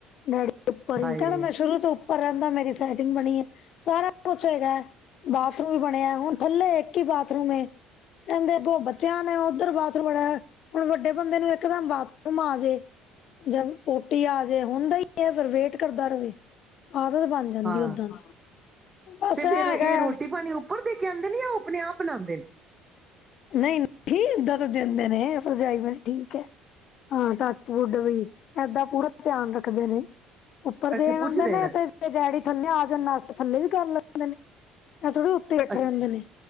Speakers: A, on the left; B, on the right.
A: ਡੈਡੀ ਉੱਪਰ
B: ਹਾਏ
A: ਕੈਂਦੇ ਮੈਂ ਸ਼ੁਰੂ ਤੋਂ ਉਪ ਪਰ ਰੈਂਦਾ ਮੇਰੀ ਸਟਿੰਗ ਬਣੀ ਏ ਸਾਰਾ ਕੁਛ ਹੈਗਾ। ਬਾਥਰੂਮ ਵੀ ਬਣਿਆ ਹੁਣ ਥੱਲੇ ਏਕ ਹੀ ਬਾਥਰੂਮ ਏ ਕਹਿੰਦੇ ਦੋ ਬੱਚਿਆਂ ਨੇ ਉੱਧਰ ਬਾਥਰੂਮ <unintelligible> ਹੁਣ ਵੱਡੇ ਬੰਦੇ ਨੂੰ ਇੱਕ ਦਮ ਬਾਥਰੂਮ ਆ ਜੇ ਜਾਂ ਪੋਟੀ ਆ ਜੇ ਹੁੰਦਾ ਹੀ ਹੈ ਫੇਰ ਵੇਟ ਕਰਦਾ ਰਵੇ ਆਦਤ ਬਨ ਜਾਂਦੀ
B: ਹਾਂ
A: ਓਦਾਂ ਦੀ ਬਸ
B: ਤੇ
A: ਇਹ
B: ਫੇਰ
A: ਹੈਗਾ
B: ਰੋਟੀ <unintelligible> ਦੇ ਕਹਿੰਦੇ ਨੇ ਉਹ ਆਪਣੇ ਆਪ ਬਣਾਉਂਦੇ ਨੇ <unintelligible>
A: ਨਹੀਂ ਨਹੀਂ ਏਦਾਂ ਤਾਂ ਦੇਂਦੇ ਨੇ ਭਰਜਾਈ ਬੜੀ ਠੀਕ ਐ ਹਾਂ ਟਚਵੁੱਡ ਬਈ ਏਦਾਂ ਪੂਰਾ ਧਿਆਨ ਰੱਖਦੇ ਨੇ ਉੱਪਰ ਦੇਣ
B: ਅੱਛਾ ਪੁੱਛਦੇ
A: ਆਂਦੇ ਨੇ ਤੇ ਜੇ ਡੈਡੀ ਥੱਲੇ ਆ ਜਾਨ ਨਾਸ਼ਤਾ ਥੱਲੇ ਵੀ ਕਰ ਲੈਂਦੇ ਨੇ ਐ ਥੋੜੀ ਬੈਠੇ
B: ਅੱਛਾ
A: ਰਹਿੰਦੇ ਨੇ